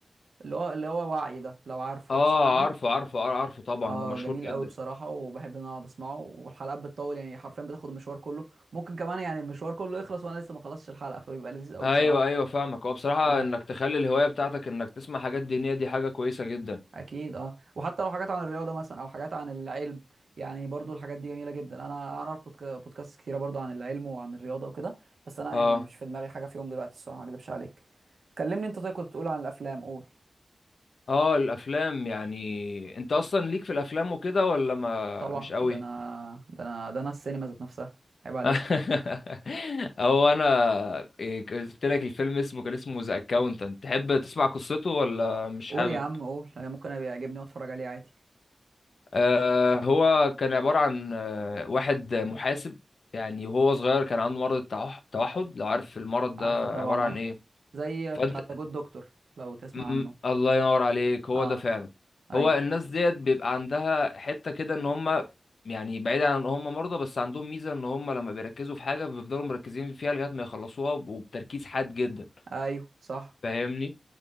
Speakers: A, on the right (about 80°); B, on the left (about 70°).
A: اللي هو اللي هو وعي ده لو عارفه
B: اه
A: تسمع عنه
B: عارفه عارفه آه، عارفه طبعا
A: اه
B: ده مشهور
A: جميل
B: جدا
A: قوي بصراحه وبحب ان انا اقعد اسمعه والحلقات بتطول يعني حرفيا بتاخد المشوار كله ممكن كمان يعني المشوار كله يخلص وانا لسه ما خلصتش الحلقه فبيبقى لذيذ قوي
B: ايوه
A: بصراحه
B: ايوه فاهمك هو بصراحه
A: اه
B: انك تخلي الهوايه بتاعتك انك تسمع حاجات دينيه دي حاجه كويسه جدا
A: اكيد اه وحتى لو حاجات عن الرياضه مثلا او حاجات عن العلم يعني برضو الحاجات دي جميله جدا انا اعرف بودك- بودكاست كتيره برضو عن العلم وعن الرياضه وكده بس انا
B: اه
A: يعني مش في دماغي حاجه فيهم دلوقتي الصراحه ما اكدبش عليك كلمني انت طيب كنت بتقول عن الافلام قول
B: اه الافلام يعني انت اصلا ليك في الافلام وكده ولا ما
A: طبعا
B: مش قوي
A: ده انا ده انا ده انا السينما ذات نفسها عيب عليك
B: <laughs> او انا إيه، قلت لك الفيلم اسمه كان اسمه ذا اكاونتنت تحب تسمع قصته ولا مش
A: قول
B: حابب
A: يا عم قول يعني ممكن ابقى يعجبني واتفرج عليه عادي
B: آه هو كان عبارة عن آه، واحد محاسب يعني وهو صغير كان عنده مرض التوح- التوحد لو عارف المرض
A: عارفه
B: ده
A: طبعا
B: عبارة عن
A: اه
B: ايه
A: زي
B: فانت
A: بتاع ذا جود دكتور لو تسمع
B: مم،
A: عنه
B: الله ينور عليك هو
A: اه
B: ده فعلا
A: ايوه
B: هو الناس ديت بيبقى عندها حتة كده ان هم يعني بعيد عن ان هم مرضى بس عندهم ميزة ان هم لما بيركزوا في حاجة بيفضلوا مركزين فيها لغاية ما يخلصوها وب- وبتركيز حاد جدا
A: ايوه صح
B: فاهمني